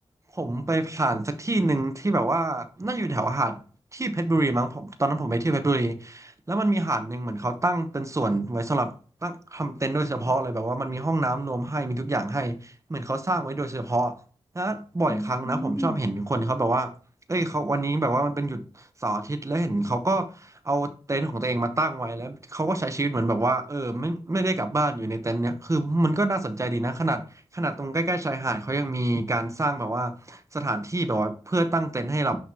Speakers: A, on the right; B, in the centre.
A: ผมไปผ่านสักที่หนึ่งที่แบบว่าน่าอยู่แถวหาดที่เพชรบุรีมั้งผมตอนนั้นผมไปเที่ยวเพชรบุรีแล้วมันมีหาดหนึ่งเหมือนเขาตั้งเป็นส่วนไว้สำหรับตั้งทำเต็นท์โดยเฉพาะเลยแบบว่ามันมีห้องน้ำรวมให้มีทุกอย่างให้เหมือนเขาสร้างไว้โดยเฉพาะแล้วบ่อยครั้งนะผมชอบเห็นคนเขาแบบว่า
B: อืม
A: เอ้ยเขาวันนี้แบบว่ามันเป็นหยุดเสาร์อาทิตย์แล้วเห็นเขาก็เอาเต็นท์ของตัวเองมาตั้งไว้แล้วเขาก็ใช้ชีวิตเหมือนแบบว่าเออไม่ไม่ได้กลับบ้านอยู่ในเต็นท์เนี่ยคือมันก็น่าสนใจดีนะขนาดขนาดตรงใกล้ๆชายหาดเขายังมีการสร้างแบบว่าสถานที่แบบว่าเพื่อตั้งเต็นท์ให้เรา